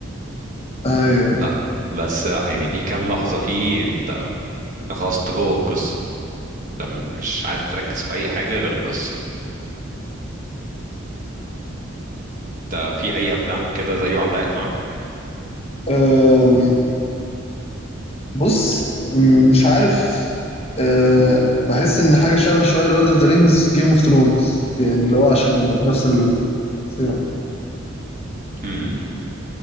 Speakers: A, on the left (about 30°); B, on the right (about 40°).
A: ايوه
B: لا بس يعني في كام لحظة فيه انت انت خلاص انت جوه القصه انت مش عارف تركز في اي حاجه غير القصه انت في اي افلام كده زيه علقت معاك
A: ممكن بص م- مش عارف أه بحس ان حاجه شبه شويه لورد اوف ذا رينجز جيم اوف ثرونز يعني اللي هو عشان نبقى في نفس ال- السياق
B: هم